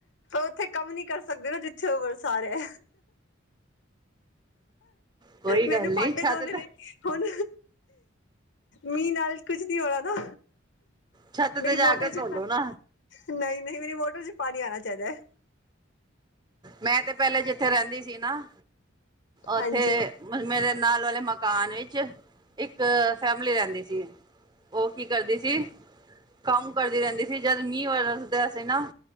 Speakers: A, on the left (about 65°); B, on the right (about 20°).
A: ਉੱਥੇ, ਕੰਮ ਨੀ ਕਰ ਸਕਦੇ ਨਾ, ਜਿੱਥੇ ਉਹ ਵਰਸਾ ਰਿਹਾ।
B: ਕੋਈ
A: ਮੈਨੂੰ,
B: ਗੱਲ
A: ਭਾਂਡੇ,
B: ਨੀ ਛੱਤ
A: ਧੋਨੇ
B: ਤੇ
A: ਨੇ। ਹੁਣ, ਮੀਂਹ ਨਾਲ ਕੁਝ ਨੀ, ਹੋਣਾ ਨਾ।
B: ਛੱਤ
A: ਮੇਰੀ,
B: ਤੇ ਜਾ
A: ਮੋਟਰ
B: ਕੇ
A: ਚ,
B: ਧੋਲੋ ਨਾ
A: ਨਹੀਂ -ਨਹੀਂ, ਮੇਰੀ ਮੋਟਰ ਚ ਪਾਣੀ ਆਣਾ, ਚਾਹੀਦਾ।
B: ਮੈਂ ਤੇ, ਪਹਿਲੇ ਜਿੱਥੇ ਰਹਿੰਦੀ ਸੀ ਨਾ, ਉੱਥੇ
A: ਹਾਂਜੀ
B: ਮੇਰੇ ਨਾਲ, ਵਾਲੇ ਮਕਾਨ ਵਿੱਚ ਇੱਕ ਫੈਮਿਲੀ ਰਹਿੰਦੀ ਸੀ। ਉਹ ਕੀ ਕਰਦੀ ਸੀ, ਕੰਮ ਕਰਦੀ ਰਹਿੰਦੀ ਸੀ, ਜਦ ਮੀਂਹ ਵਸਦਾ ਸੀ ਨਾ